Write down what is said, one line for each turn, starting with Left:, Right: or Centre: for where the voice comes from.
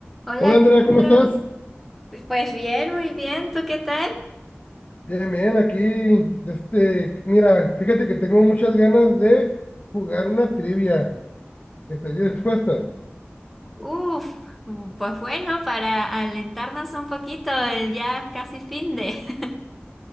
Centre: Hola
Left: Hola Andrea,
Centre: Alejandro,
Left: ¿cómo estás?
Centre: pues bien, muy bien, ¿tú qué tal?
Left: Bien, bien, aquí, de este, mira, fíjate que tengo muchas ganas de jugar una trivia. ¿Estás dispuesta?
Centre: Uf, mm, pues bueno, para alentarnos un poquito, eh, ya casi fin de... <laughs>